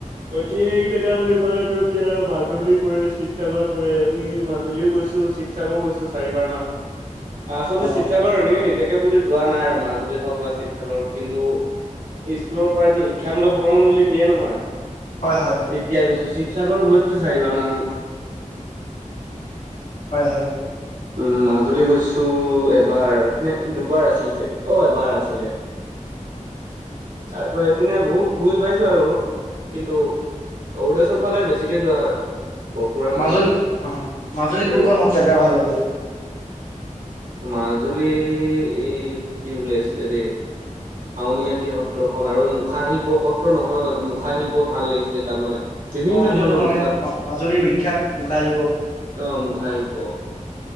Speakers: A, on the right; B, on the left.
A: ঐতিহাসিক জেগা বুলি কলে টো এতিয়া মাজুলী পৰে শিৱসাগৰ পৰে আমি মাজুলীও গৈছো শিৱসাগৰ গৈছো চাৰিবাৰ মান আচলতে
B: অ
A: শিৱসাগৰ এনেকে নিজাকে বুলি যোৱা নাই আৰু মাজুলী হওক বা শিৱসাগৰ হওক কিন্তু এই স্কুলৰ পৰা এইটো শিক্ষামূলক ভ্ৰমণ বুলি নিয়ে নহয়।
B: হয় হয়
A: তেতিয়া গৈছো শিৱসাগৰ গৈছো চাৰিবাৰ মান
B: হয় হয়
A: উম মাজুলী গৈছো এবাৰ নে দুবাৰ আছিলে চাগে অ এবাৰ আছিল ছিলে। তাৰ পৰা এইপিনে বহুত ঘূৰি পাইছো আৰু কিন্তু। অৰুণাচল ফালে বেছিকে যোৱা হয় আৰু। পৰশুৰাম
B: মাজুলী
A: কুণ্ড
B: অ মাজুলী
A: আৰু
B: কোনখন সত্ৰকাই ভাল লাগিল।
A: মাজুলী এই কি বুলি আছিলে দেই আউনীআটি সত্ৰখন আৰু এই মুখা শিল্প সত্ৰ নহয় এইটো মুখা শিল্প ভাল লাগিছিলে তাত মানে। বিভিন্ন
B: অ সেইটোতো
A: ধৰণৰ
B: মানে
A: মুখা অ
B: মাজুলীৰ
A: মুখা
B: বিখ্যাত মুখাশিল্প
A: মুখা শিল্প